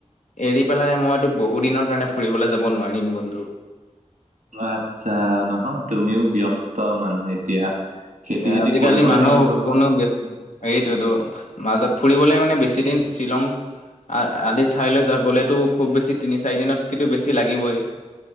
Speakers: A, on the left; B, on the right.
A: এৰি পেলাই মই বহু দিনৰ কাৰণে ফুৰিবলৈ যাব নোৱাৰিম বন্ধু।
B: আচ্ছা নহয় তুমিও ব্যস্ত মানুহ এতিয়া খেতি
A: এ
B: যেতিয়া
A: আজিকালি
B: কৰিবই
A: মানুহ
B: লাগিব।
A: কোনো ব ন হেৰিটো টো মাজত ফুৰিবলৈ মানে বেছিদিন শ্বিলং আ আদি ঠাইলৈ যোৱা গ'লেতো খুব বেছি তিনি চাৰি দিনত কিন্তু বেছি লাগিবই